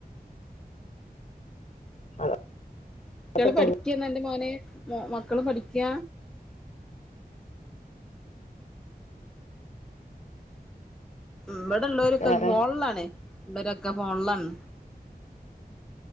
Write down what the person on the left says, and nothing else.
<unintelligible>
ഒക്കെ
തന്നെ
വേറെ